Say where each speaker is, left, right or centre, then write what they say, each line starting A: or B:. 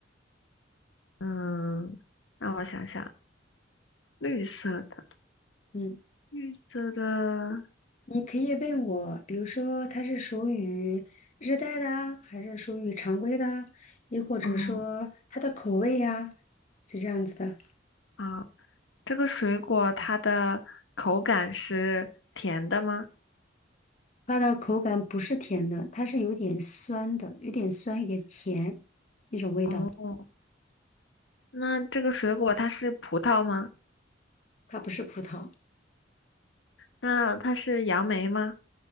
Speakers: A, on the left; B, on the left.
A: 嗯，让我想想，绿色的，
B: 嗯，
A: 绿色的，
B: 你可以问我，比如说它是属于热带的啊还是属于常规的啊，又或者说它的口味呀、
A: 哦，
B: 是这样子的。
A: 啊，这个水果它的口感是甜的吗？
B: 它的口感不是甜的，它是有点酸的，有点酸，有点甜那种味道。
A: 哦，那这个水果它是葡萄吗？
B: 它不是葡萄，
A: 那它是杨梅吗？